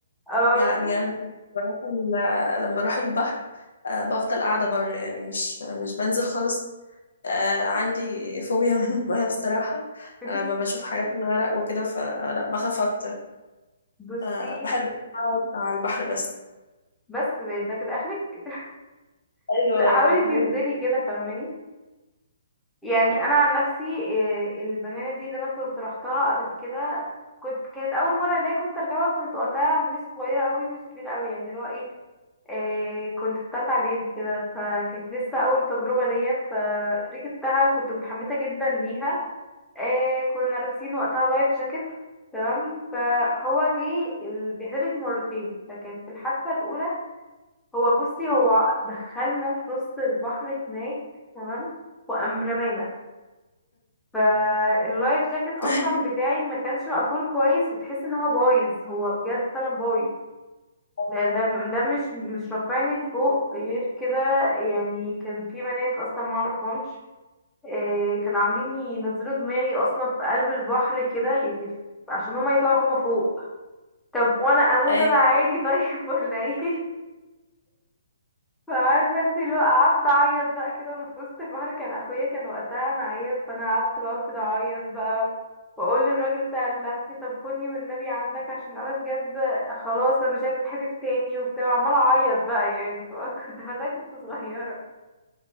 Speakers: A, in the centre; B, on the left.
A: اه
B: يعني انا بروح ال- لما بروح البحر أه، بفضل قاعدة بره يعني مش مش بنزل خالص آه عندي فوبيا <laughs> من المية بصراحة
A: <laughs>
B: أنا لما بشوف حاجات الغرق وكده فلا بخاف أكتر
A: بصي
B: فبحب أقعد على البحر بس
A: بس ده ده كده اخرك
B: أيوة
A: لا حاولي
B: بجد.
A: تنزلي كده فاهماني يعني انا عن نفسي إيه، البنانه دي اللي انا كنت رحتها قبل كده كنت كانت اول مره ليا كنت اركبها كنت وقتها مش صغيره قوي مش كبيره قوي يعني اللي هو ايه إيه، كنت في ثالثه اعدادي كده فكانت لسه اول تجربه ليا فركبتها كنت متحمسه جدا ليها إيه، كنا لابسين وقتها لايف جاكيت تمام فهو جه ال- بيحتفل مرتين فكان في الحادثه الاولى هو بصي هو دخلنا في نص البحر هناك تمام وقام رمانا فاللايف جاكيت اصلا
B: <laughs>
A: بتاعي ما كانش مقفول كويس وتحس ان هو بايظ هو بجد فعلا بايظ
B: آه،
A: ده ده ده مش مش رافعني لفوق غير كده يعني كان في بنات اصلا ما اعرفهمش آه، كانوا عاملين ينزلوا دماغي اصلا في قلب البحر كده يعني عشان هما يطلعوا هما فوق طب وانا اموت
B: أيوة
A: انا عادي طيب <laughs> ولا ايه فعارفة انت لو قعدت اعيط بقى كده وانا في وسط البحر كان اخويا كان وقتها معايا فانا قعدت بقى كده اعيط بقى واقول للراجل بتاع اللانش طب خدني والنبي عندك عشان انا بجد خلاص انا مش عايزه اتحدف تاني وبتاع وعماله اعيط بقى يعني <laughs> كنت وقتها كنت صغيره